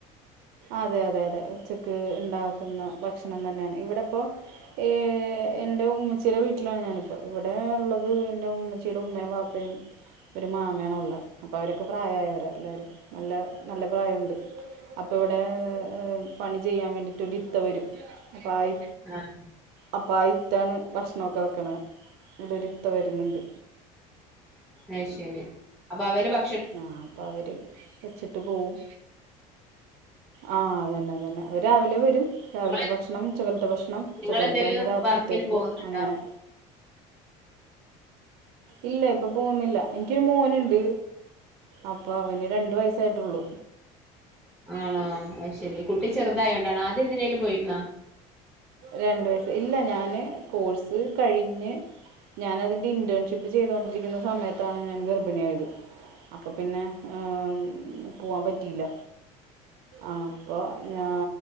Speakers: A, on the right (about 70°); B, in the centre.
A: അതെ അതെ അതെ ഉച്ചക്ക് ഇണ്ടാക്കുന്ന ഭക്ഷണം തന്നെയാണ് ഇവിടെപ്പോ. ഹ് എന്റെ ഉമ്മച്ചീടെ വീട്ടിലാണ് ഞാനിപ്പോ. ഇവിടെള്ളത് എന്റെ ഉമ്മച്ചിയുടെ ഉമ്മയും വാപ്പ <unintelligible> ഒരു മാമയാണൊള്ളെ. അപ്പവരൊക്കെ പ്രായായവരാ എല്ലാരും. നല്ല നല്ല പ്രായുണ്ട്. അപ്പൊ ഇവിടെ ഹ് പണി ചെയ്യാൻ വേണ്ടീട്ടൊരിത്ത വരും അപ്പ ആ ഇ
B: ആഹ്.
A: അപ്പൊ ആ ഇത്തയാണ് ഭക്ഷണൊക്കെ വെക്കണത് ഇവിടൊരിത്ത വരുന്നുണ്ട്.
B: അയ്ശെരി. അപ്പൊ അവര് ഭ
A: ആഹ് അപ്പൊ അവര് വെച്ചിട്ട് പോവും. ആഹ് അതന്നെ അതന്നെ അവരാവിലെ വരും രാവിലത്തെ
B: നിങ്ങള്
A: ഭക്ഷണം ഉച്ചകലത്തെ ഭക്ഷണം. ഉച്ചക്കല്‌തെന്നെ
B: നിങ്ങളെന്തേലും
A: രാത്രിത്തേക്കും
B: വർക്കിന് പോകുന്നുണ്ടോ
A: അങ്ങനെ. ഇല്ല ഇപ്പൊ പോന്നില്ല. എന്ക്കൊരു മോനുണ്ട് അപ്പൊ അവന് രണ്ട്‌ വയസായിട്ടുള്ളൂ.
B: ആണോ അയ്ശെരി കുട്ടി ചെറുതായോണ്ടാണോ ആദ്യം എന്തിനേലും പോയിരുന്നോ.
A: രണ്ട്‌ വയസ്സാ. ഇല്ല ഞാന് കോഴ്സ് കഴിഞ്ഞ്. ഞാനതിന്റെ ഇന്റേൺഷിപ്പ് ചെയ്തോണ്ടിരിക്കുന്ന സമയത്താണ് ഞാൻ ഗർഭിണിയായത്. അപ്പൊ പിന്നെഏഹ്ഹ് ഉം പൂവാൻ പറ്റിയില്ല. അപ്പൊ ഞാ